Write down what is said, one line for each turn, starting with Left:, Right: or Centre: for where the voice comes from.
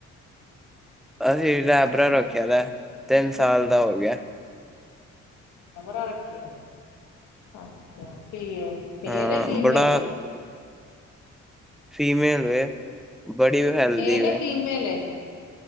Centre: ਅਸੀਂ ਲੈਬਰਾ ਰੋੱਖਿਆ ਦਾ, ਤਿੰਨ ਸਾਲ ਦਾ ਹੋਗਿਆ।
Left: ਲੈਬਰਾਂ ਰੱਖਿਆ ਹੋਇਆ, ਅੱਛਾ ਫ ਮੇਲ
Centre: ਹਾਂ
Left: ਆ ਫੀਮੇਲ
Centre: ਬੜਾ
Left: ਏ?
Centre: ਫੀਮੇਲ ਵੇ ਬੜੀ ਹੈਲਦੀ
Left: ਮੇਲ
Centre: ਵੇ।
Left: ਏ ਫੀਮੇਲ ਏ?